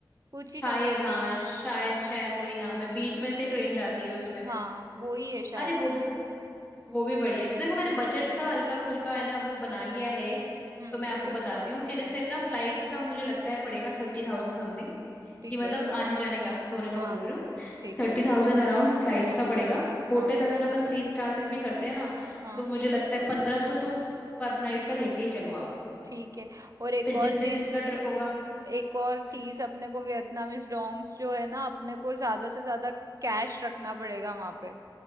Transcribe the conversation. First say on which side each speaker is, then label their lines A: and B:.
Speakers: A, on the right (about 45°); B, on the left (about 20°).
A: कूची
B: शायद
A: टनल्स
B: हाँ
A: है
B: शायद शायद वही नाम है बीच में से ट्रेन जाती है उसमें
A: हाँ वो ही है शायद
B: अरे वो
A: से
B: भी वो भी बढ़िया है तो देखो मैंने बजट का हल्का फुल्का है ना वो बना लिया है एक
A: हम्म
B: तो मैं
A: ठीक
B: आपको
A: है
B: बताती हूँ कि जैसे अपना फ्लाइट्स का मुझे लगता है पड़ेगा थर्टी थाउजेंड समथिंग
A: ठीक
B: कि मतलब
A: है
B: आने जाने का दोनों का
A: हाँ
B: बोल रही हूँ
A: ठीक
B: थर्टी
A: है
B: थाउजेंड अराउंड फ्लाइट्स का पड़ेगा होटल
A: हाँ
B: अगर अपन थ्री स्टार तक भी करते हैं ना
A: हाँ
B: तो मुझे लगता है पंद्रह सौ तो पर नाइट का लेके ही चलो आप
A: ठीक है और एक
B: फिर
A: और
B: जितने
A: चीज
B: दिन का ट्रिप होगा
A: एक और चीज
B: हम्म
A: अपने को वियतनामीज डोंग्स जो है ना अपने को ज्यादा से ज्यादा कैश रखना पड़ेगा वहां पे